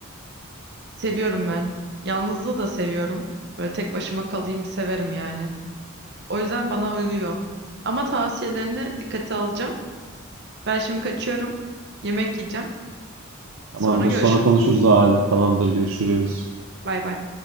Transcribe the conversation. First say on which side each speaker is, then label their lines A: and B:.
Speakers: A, on the right; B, on the right.
A: Seviyorum ben. Yalnızlığı da seviyorum. Böyle tek başıma kalayım severim yani. O yüzden bana uyuyor. Ama tavsiyelerini dikkate alacağım. Ben şimdi kaçıyorum. Yemek yiyeceğim.
B: Tamamdır
A: Sonra görüşürüz.
B: sonra konuşuruz o halde. Tamamdır görüşürüz.
A: Bay bay.